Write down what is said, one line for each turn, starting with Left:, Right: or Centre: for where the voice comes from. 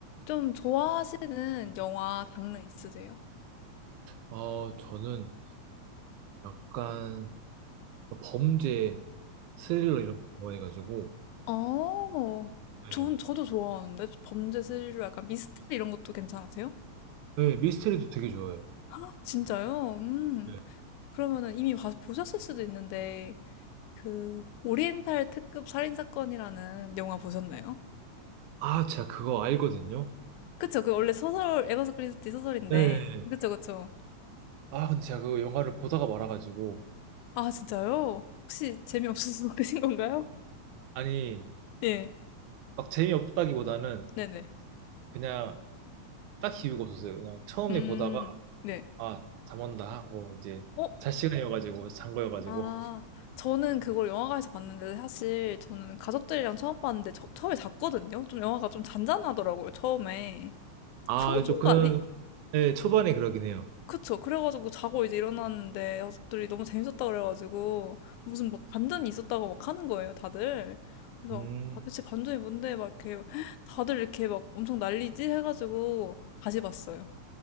Left: 좀 좋아하시는 영화 장르 있으세요?
Right: 어, 저는 약간 범죄, 스릴러 이런 거 좋아해가지고,
Left: 어.
Right: 네.
Left: 전 저도 좋아하는데 범죄 스릴러 약간 미스터리 이런 것도 괜찮으세요?
Right: 네, 미스테리도 되게 좋아해요.
Left: 아 진짜요? 음.
Right: 네.
Left: 그러면은 이미 봐 보셨을 수도 있는데 그 오리엔탈 특급 살인 사건이라는 영화 보셨나요?
Right: 아, 제가 그거 알거든요.
Left: 그쵸. 그 원래 소설 에버사 크리스티 소설인데
Right: 네.
Left: 그쵸, 그쵸.
Right: 아, 근데 제가 그 영화를 보다가 말아가지고,
Left: 아 진짜요? 혹시 재미없으신 <laughs> 분이신 건가요?
Right: 아니,
Left: 예.
Right: 막 재미없다기보다는
Left: 네네.
Right: 그냥 딱 이유가 없었어요. 그냥 처음에
Left: 음.
Right: 보다가,
Left: 네.
Right: 아, 잠 온다 하고, 이제
Left: 어?
Right: 잘 시간이어가지고, 잔 거여가지고.
Left: 아,
Right: <laughs>
Left: 저는 그걸 영화관에서 봤는데 사실 저는 가족들이랑 처음 봤는데 저- 처음에 잤거든요. 좀 영화가 좀 잔잔하더라고요, 처음에.
Right: 아,
Left: 초중반이?
Right: 좀 그런, 네, 초반에 그러긴 해요.
Left: 그쵸. 그래가지고 자고 이제 일어났는데 가족들이 너무 재밌었다 그래가지고 무슨 막 반전이 있었다고 막 하는 거예요, 다들. 그래서
Right: 음,
Left: 아, 대체 반전이 뭔데 막 이렇게 다들 이렇게 막 엄청 난리지 해가지고 다시 봤어요.